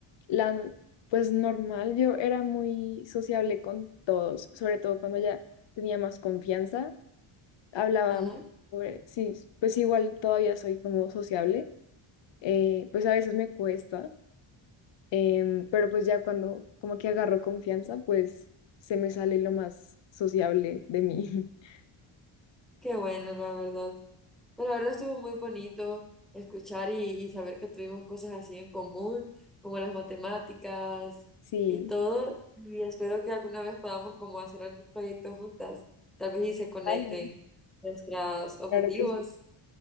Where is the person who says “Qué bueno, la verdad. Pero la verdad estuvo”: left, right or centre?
Centre